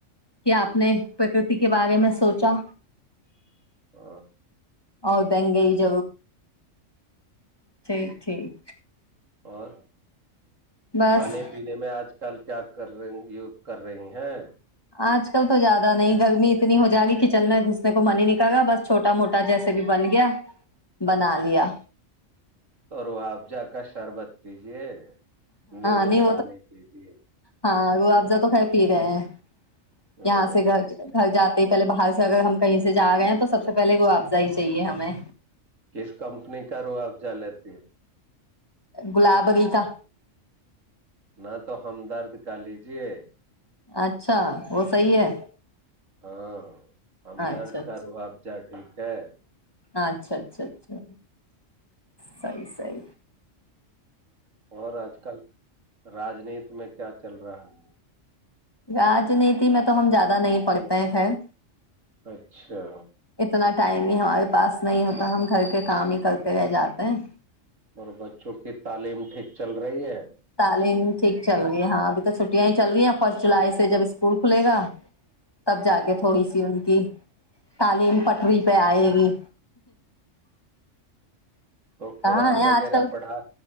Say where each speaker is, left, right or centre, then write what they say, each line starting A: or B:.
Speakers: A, on the left (about 20°); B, on the right (about 75°).
A: کہ آپ نے پرکرتی کے بارے میں سوچا
B: ہ
A: اور دیں گئی ج ٹھیک ٹھیک
B: اور
A: بس
B: کھانے پینے میں آج کل کیا کر رہے کر رہی ہیں
A: آج کل تو زیادہ نہیں گرمی اتنی ہو جائے گی کچن میں گھسنے کو من ہی نکل گا بس چھوٹا موٹا جیسے بھی بن گیا بنا لیا
B: اورحافزہ کا شربت کیجے نیبو
A: نہیں
B: پانی دیجیے
A: ہاں وہ آپز تو کھائے پی رہے ہیں
B: ہ
A: یہاں سے گ گ جاتے ہی پہلے باہر سے اگر ہم کہیں سے جا گئے ہیں تو سب سے پہلے معافضہ ہی چاہیے ہمیں
B: کس کمپنی کا رو آب جا لیتی ہیں
A: گلاب اری کا
B: ہ تو ہم درد کر لیجے
A: اچھا وہ صحی ہے
B: ہاں ہمدرد
A: اچھا اچھا
B: کا روحب چڑ ٹھیک ہے
A: اچھا اچھا اچھا سی سی
B: اور آج کل راجنیت میں کیا چل رہا ہے
A: راجنیتی میں تو ہم زیادہ نہیں پڑھتے ہیں خیر
B: اچھا
A: اتنا ٹائم ہی ہمارے پاس نہیں ہوتا ہم گھر کے کام ہی کرتے رہ جاتے ہیں
B: اور بچوں کی تعلیم ٹھیک چل رہی ہے
A: تعلیم ٹھیک چل رہی ہے ہاں ابھی تو چھٹیاں ہی چل رہی ہیں فرسٹ جولائی سے جب اسکول کھلے گا تب جا کے تھوڑی سی ان کی تالم پٹری پہئےآئے گی
B: تو
A: کہاں
B: قرآن
A: ہے
B: وغیرہ
A: آج کل
B: پڑھا